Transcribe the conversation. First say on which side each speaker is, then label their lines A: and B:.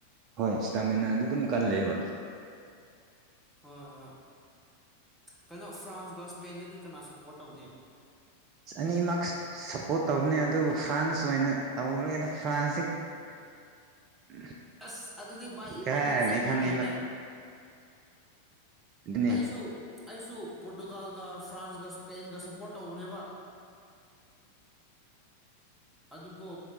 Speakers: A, on the right; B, in the centre.
A: ꯍꯣꯏ ꯁ꯭ꯇꯥꯃꯤꯅꯥꯗꫭ ꯑꯗꯨꯝ ꯀꯜꯂꯦꯕ꯫
B: ꯍꯣꯏ ꯍꯣꯏ ꯀꯩꯅꯣ ꯐ꯭ꯔꯥꯟꯁꯀ ꯏꯁꯄꯦꯟꯗꯗꯤ ꯀꯅꯥ ꯁꯞꯄꯣꯔꯠ ꯇꯧꯅꯤ꯫
A: ꯑꯅꯤꯃꯛ ꯁꯞꯄꯣꯔꯠ ꯇꯧꯕꯅꯦ ꯑꯗꯨꯕꯨ ꯐ꯭ꯔꯥꯟꯁ ꯑꯣꯏꯅ ꯇꯧꯔꯒꯦꯗ ꯐ꯭ꯔꯥꯟꯁꯇꯤ <inaudible>
B: ꯑꯁ ꯑꯗꯨꯗꯤ ꯚꯏ ꯏꯕꯥꯅꯤ
A: ꯀꯥꯔꯅꯤ
B: ꯆꯞ
A: ꯈꯪꯉꯦꯕ
B: ꯃꯥꯟꯅꯩꯅꯦ
A: ꯑꯗꯨꯅꯤ
B: ꯑꯩꯁꯨ ꯑꯩꯁꯨ ꯄꯣꯔꯇꯨꯒꯥꯜꯒ ꯐ꯭ꯔꯥꯟꯁꯒ ꯏꯁꯄꯦꯟꯒ ꯁꯞꯄꯣꯔꯠ ꯇꯧꯕꯅꯦꯕ ꯑꯗꯨꯕꯨ